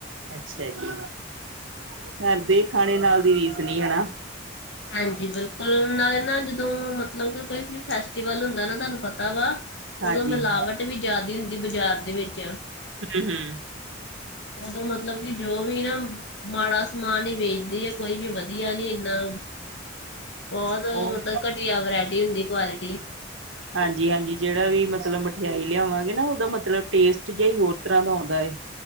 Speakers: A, on the right; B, on the left.
A: ਅੱਛਾ ਜੀ, ਕੱਰ ਦੇ ਖਾਣੇ ਨਾਲ ਦੀ ਰੀਸ ਨੀ ਹਨਾ।
B: ਹਾਂਜੀ ਬਿਲਕੁਲ, ਨਾਲੇ ਨਾ ਜਦੋਂ ਮਤ ਮਤਲਬ ਕਿ ਕੋਈ ਵੀ ਫੈਸਟੀਵਲ ਹੁੰਦਾ ਨਾ ਤੁਆਨੂੰ ਪਤਾ ਵਾ,
A: ਹਾਂਜੀ
B: ਉਦੋਂ ਮਿਲਾਵਟ
A: ਹੂੰ
B: ਟ ਵੀ ਜਾਦੀ ਹੁੰਦੀ ਬਾਜ਼ਾਰ ਦੇ ਵਿੱਚ
A: ਹੂੰ-ਹੂੰ।
B: ਉਦੋਂ ਮਤਲਬ ਕਿ ਜੋ ਵੀ ਨਾ ਮਾੜਾ ਸਮਾਨ ਈ ਵੇਚਦੇ ਆ, ਕੋਈ ਵੀ ਵਧੀਆ ਨੀ ਏਨਾ ਬੋਤ
A: ਉਹੀ
B: ਮਤਲਬ ਘਟੀਆ ਵਰਾਇਟੀ ਹੁੰਦੀ, ਕੁਆਲਿਟੀ।
A: ਹਾਂਜੀ-ਹਾਂਜੀ ਜੇੜਾ ਵੀ ਮਤਲਬ ਮਠਿਆਈ ਲਿਆਵਾਂਗੇ ਨਾ ਓਦਾ ਮਤਲਬ ਟੇਸਟ ਜਾ ਈ ਹੋਰ ਤਰਾਂ ਦਾ ਆਉਂਦਾ ਐ।